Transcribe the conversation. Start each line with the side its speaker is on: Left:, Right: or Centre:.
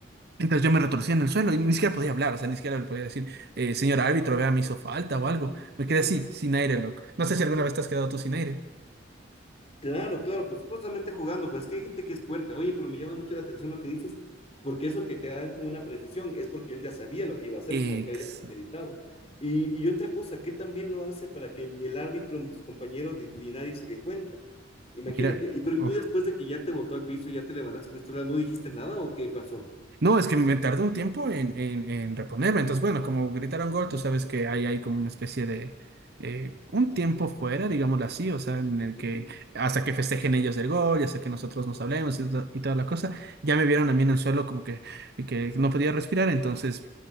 Right: Entonces yo me retorcía en el suelo y ni siquiera podía hablar, o sea, ni siquiera le podía decir, eh, señor árbitro, vea, me hizo falta o
Left: Ujú.
Right: algo. Me
Left: Claro,
Right: quedé así, sin aire, loco. No sé si alguna vez te has quedado tú sin aire.
Left: claro, claro, pues justamente jugando, pues es que hay gente que es puerca. Oye, pero me llama mucho la atención lo que dices, porque eso que te dan con una precisión es porque él ya sabía lo que iba a hacer,
Right: Ex-
Left: como que era ya premeditado. Y, y otra cosa, que también lo hace para que ni el árbitro, ni tus compañeros, ni, ni nadie se dé cuenta. Imagínate,
Right: Mira,
Left: y pero ¿y
Right: uf.
Left: tú después de que ya te botó al piso, ya te levantaste, fuiste a hablar, no dijiste nada o qué pasó?
Right: No, es que me tardó un tiempo en, en, en reponerme. Entonces, bueno, como gritaron gol, tú sabes que hay, hay como una especie de eh, un tiempo fuera, digámoslo así, o sea, en el que
Left: Ujú,
Right: hasta que festejen ellos del gol, y hasta que nosotros nos hablemos y, to- y toda la cosa, ya me vieron a mí en el suelo como que, que no podía respirar, entonces